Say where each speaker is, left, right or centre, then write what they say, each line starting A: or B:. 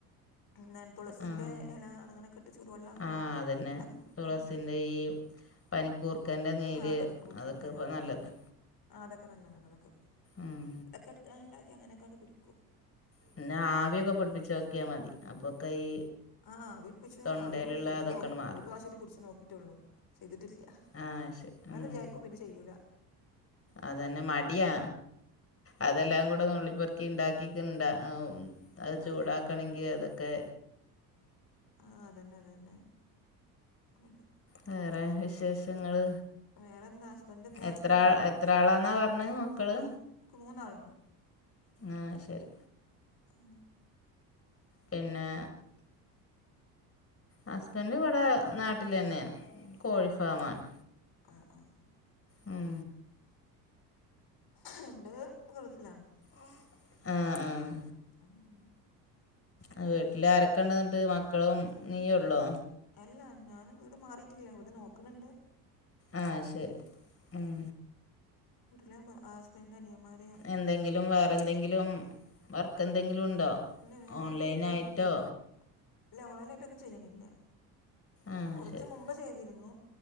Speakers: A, on the left; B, on the left.
A: പിന്നെ തുളസിൻ്റെ
B: ആഹ്
A: എല അങ്ങനോക്കെട്ട് ചൂടുവെള്ളം ഒക്കെ
B: ആഹ് അതന്നെ
A: ഉണ്ടാക്കി കുടിക്കും
B: തുളസിൻ്റെ
A: അഹ് കുടിക്കും
B: ഈ പനിക്കൂർക്കൻ്റെ നീര്
A: ആഹ് പനിക്കൂർക്കൻ്റെ
B: അതോക്കെ
A: എല
B: ഇപ്പോ
A: അതൊക്കെ
B: നല്ലതാ
A: ആഹ് അതോക്കെ നല്ലതാണ് അതോക്കെ കുടി
B: ഉം
A: ഒക്കെണ്ടാക്കി അങ്ങനെക്കാണ്ട് കുടിക്കും
B: പിന്നാ ആവിയോക്കെ പിടിപ്പിച്ചോക്കിയാ മതി അപ്പോക്കെ ഈ
A: ആഹ് ആവി പിടിപിച്ച്
B: തൊണ്ടയിലുള്ള
A: ആവി പ് പിടിച്
B: അതൊക്കെയങ്ങട്
A: നോക്ക്
B: മാറും
A: ഒരു പ്രാവശ്യട്ട് പിടിച്ച് നോക്കിട്ടെള്ളു ചെയ്തിട്ടില്ല
B: ആഹ് ശെരി ഉം
A: വിജാരിക്കും പിന്നെ ചെയ്യൂല്ല
B: അതന്നെ മടിയാ അതെല്ലാം കൂ ടെ നുള്ളിപെർക്കി ഇണ്ടാക്കിക്ക്‌ണ്ട അത്
A: ആ
B: ചൂടാക്കണങ്കി അതൊക്കെ
A: ആഹ് അതന്നെ അതന്നെ <unintelligible>
B: വെറെ വിശേഷങ്ങള്
A: വേറെന്താ ഹസ്ബൻഡ് എന്താ
B: എത്രാ
A: ചെയ്യണേ
B: എത്രാളാന്നാ പറഞ്ഞ് മക്കള്
A: മൂ എനിക്ക് മൂന്നാളുണ്ട്
B: ആഹ് ശരി
A: ഉം
B: പിന്നേ ഹസ്ബൻഡ് ഇവടെ നാട്ടിലെന്നേണ് തന്നെയാണ് കോഴിഫാമാണ്
A: അഹ് ആഹ്
B: ഉം
A: എന്റെത് ഗൾഫിലാണ്
B: ആഹ് ആഹ്
A: ഉം.
B: അ വീട്ടില് ആരൊക്കെ ണ്ട്ന്നിട്ട് മക്കളും നീയൊള്ളോ
A: അല്ല ഞാനും വീട് മാറിട്ടില്ല വീട് നോക്ക്‌ണ് ണ്ട്
B: ആഹ് ശരി ഉം
A: വീട്ടിലാവുമ്പോ ആസ്ബെന്റെ അനിയമാര്
B: എന്തെങ്കിലും വേറെന്തെങ്കിലും വർക്ക് എന്തെങ്കിലും ഉണ്ടോ
A: ഇല്ല വേറെ
B: ഓൺലൈൻ
A: ഒന്നും ചെയ്യണില്ല
B: ആയിട്ടോ
A: ഇല്ല ഓൺലൈലായിട്ട് എന്നും ചെയ്യണില്ല
B: ആഹ്
A: കുറച്ച്
B: ശരി
A: മുമ്പ് മ്പേ ചെയ്യ്‌തിരുന്നു